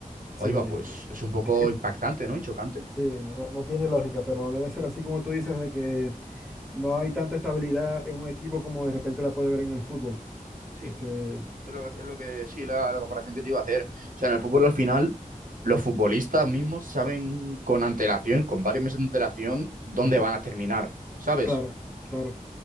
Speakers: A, on the right; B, in the centre.
A: ahí
B: sí,
A: va, pues
B: es-
A: es un poco
B: <laughs>
A: impactante, ¿no? Y chocante.
B: sí, no, no tiene lógica, pero debe ser así como tú dices, de que no hay tanta estabilidad en un equipo como de repente la puede ver en el fútbol.
A: Sí,
B: Este,
A: es lo que, es lo que sí, la, la comparación que te iba a hacer. O sea, en el fútbol al final, los futbolistas mismos saben con antelación, con varios meses de antelación, dónde
B: ujú,
A: van a terminar, ¿sabes?
B: Claro, claro.